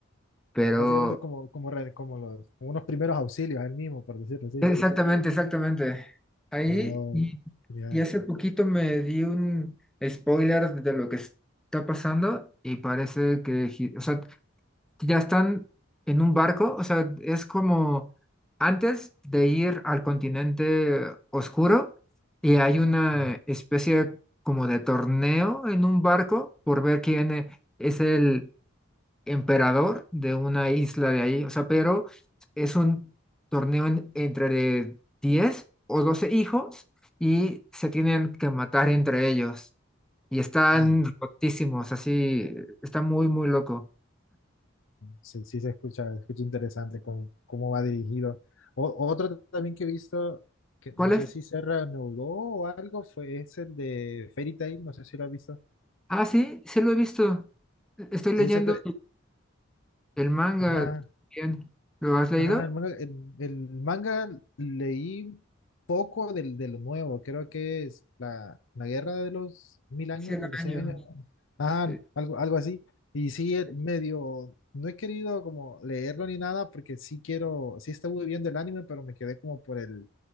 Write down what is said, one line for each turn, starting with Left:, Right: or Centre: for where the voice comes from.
Centre: Pero
Left: Básicamente es como, como, re- como los, como unos primeros auxilios, él mismo, por decirlo así.
Centre: exactamente, exactamente. Ahí
Left: No,
Centre: y,
Left: genial.
Centre: y hace poquito me di un spoiler de lo que está pasando y parece que, Hi- o sea, ya están en un barco, o sea, es como antes de ir al continente oscuro y hay una
Left: Ah,
Centre: especie como de torneo en un barco por ver quién eh, es el emperador de una isla de ahí, o sea, pero es un torneo en- entre de 10 o 12 hijos y se tienen que matar entre ellos y están
Left: Ay,
Centre: rotísimos, así, está muy, muy loco.
Left: Sí, sí se escucha, se escucha interesante con cómo va dirigido. O- otro también que he visto, que no
Centre: ¿Cuál
Left: sé
Centre: es?
Left: si se reanudó o algo, fue, es el de Fairy Tail, no sé si lo has visto.
Centre: Ah, sí, sí lo he visto. E-, Estoy leyendo
Left: Ese, te-
Centre: el manga
Left: ajá,
Centre: bien. ¿Lo has leído?
Left: Ajá, el manga, el, el manga leí poco del, de lo nuevo, creo que es la, la guerra de los mil años,
Centre: 100
Left: sobre
Centre: años.
Left: 100 años, ah,
Centre: Sí.
Left: algo, algo así. Y sí, el
Centre: sí.
Left: medio, no he querido como leerlo ni nada porque sí quiero, sí estuve viendo el anime, pero me quedé como por el